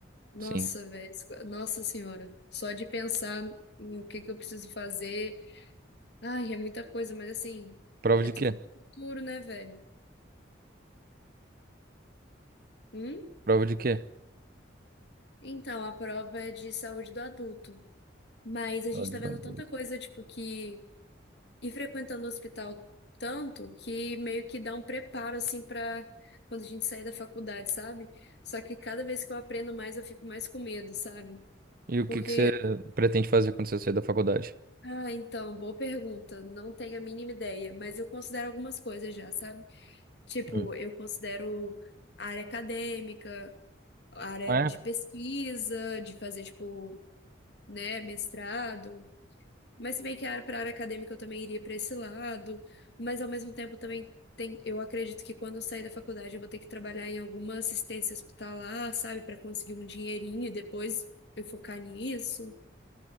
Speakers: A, on the left (about 60°); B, on the right (about 45°).
A: Nossa,
B: sim.
A: velho. Nossa Senhora. Só de pensar em o que que eu preciso fazer. Ai, é muita coisa, mas assim,
B: Prova
A: é
B: de
A: tudo
B: quê?
A: pro futuro, né, velho? Hum?
B: Prova de quê?
A: Então, a prova é de saúde do adulto. Mas a
B: Prova
A: gente
B: de
A: tá
B: bandeira.
A: vendo tanta coisa, tipo, que e frequentando o hospital tanto que meio que dá um preparo assim para quando a gente sair da faculdade, sabe? Só que cada vez que eu aprendo mais, eu fico mais com medo, sabe?
B: E o
A: Porque,
B: que que você pretende fazer quando você sair da faculdade?
A: ah, então, boa pergunta, não tenho a mínima ideia, mas eu considero algumas coisas já, sabe? Tipo,
B: Hum.
A: eu considero a área acadêmica, a área
B: É?
A: de pesquisa, de fazer, tipo, né, mestrado. Mas se bem que a área- pra área acadêmica eu também iria para esse lado, mas ao mesmo tempo também tem, eu acredito que quando eu sair da faculdade eu vou ter que trabalhar em alguma assistência hospitalar, sabe, para conseguir um dinheirinho e depois eu focar nisso.